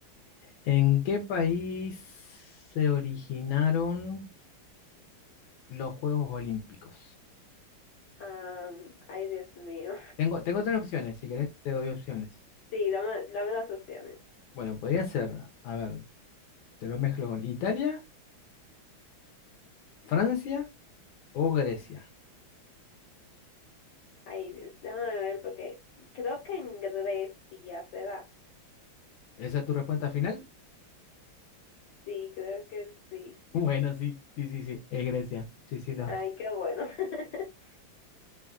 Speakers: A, on the left; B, on the left.
A: ¿En qué país se originaron? Los Juegos Olímpicos.
B: Ah, ay, Dios mío.
A: Tengo, tengo tres opciones, si querés te doy opciones.
B: Sí, dame, dame las opciones.
A: Bueno, podrían ser, a ver, te lo mezclo con Italia, Francia o Grecia.
B: Ay, Dios, déjame ver porque creo que en Grecia se da.
A: ¿Esa es tu respuesta final? <laughs>
B: Sí, creo que sí.
A: Bueno, sí, sí, sí, sí, es Grecia. Sí, sí, lo.
B: Ay, qué bueno. <laughs>